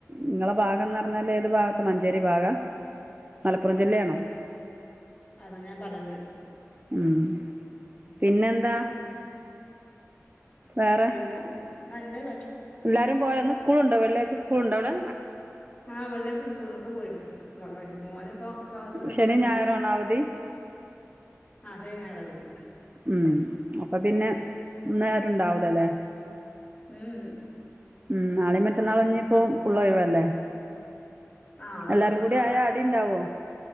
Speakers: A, on the right (about 30°); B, on the left (about 20°).
A: നിങ്ങളെ ഭാഗം എന്ന് പറഞ്ഞാല് ഏത് ഭാഗത്ത് മഞ്ചേരി ഭാഗം ആ
B: <unintelligible>
A: മലപ്പുറം ജില്ലയാണോ
B: അത് ഞാൻ പറയണ്ട്
A: ഉം പിന്നെന്താ വേറെ
B: പിന്നെ നല്ല വ
A: എല്ലാരും പോയന്ന് സ്കൂളുണ്ടോ വെള്ളാഴ്ച സ്കൂളുണ്ടോ അവിടെ
B: ആഹ് വെള്ളാഴ്ച്ചസ്കൂളിലൊക്കെ പോയിണ് വല് മോനെ ഇപ്പോ ക്ലാസ് കഴിഞ്ഞണ്ട്
A: ശനിയും ഞായറും ആണോ അവധി
B: ആ ശനി ഞായർ അവധി
A: ഉം അപ്പൊ പിന്നെ ഇന്ന് ആരും ഉണ്ടാവിലല്ലേ
B: ഉ ഉ
A: മം നാളി മറ്റന്നാളഞ്ഞ ഇപ്പോം ഫുൾ ഒഴിവല്ലേ
B: നാളെ
A: എല്ലാരും
B: ദ്
A: കൂടി
B: നാളെ
A: ആയാ ആടി ഉണ്ടാവോ